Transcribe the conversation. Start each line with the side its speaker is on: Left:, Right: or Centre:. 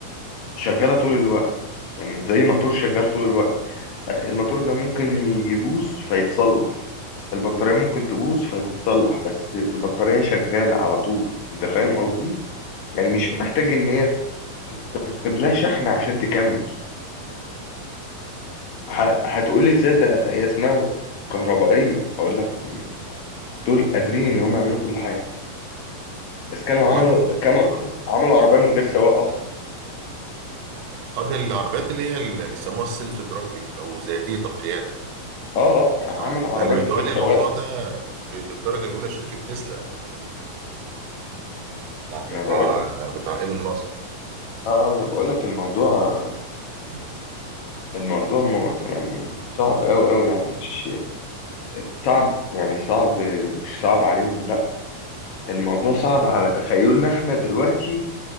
Left: شغاله طول الوقت يعني زي موتور شغال طول الوقت آه، الموتور ده ممكن يبوظ فيتصلح البطاريه ممكن تبوظ فتتصلح بس البطاريه شغاله على طول انت فاهم قصدي يعني مش محتاج ان هي تاخد لها شحن عشان تكمل ه- هتقولي ازاي ده هي اسمها كهربائية هقول لك م- م- دول قادرين ان هم يعملوا كل حاجة بس كانوا
Right: والله
Left: عملوا كانوا عملوا عربية من غير سواق اصلا
Right: اه دي العربيات اللي هي اللي بيسموها السيلف درايفنج او ذاتيه القياده
Left: اه اه عملوا
Right: اه
Left: عربية
Right: ده اللي متولي
Left: من غير سواق
Right: الموضوع ده ب- بالدرجه الاولى شركه تسلا لو انت تعرف
Left: انا
Right: بتاع بتاع
Left: بقول لك
Right: بتاع ايلون ماسك
Left: اه آه، انا بقول لك الموضوع
Right: مم.
Left: الموضوع م- يعني صعب قوي قوي يعني مش صعب يعني صعب مش صعب عليهم لا الموضوع صعب على تخيلنا احنا دلوقتي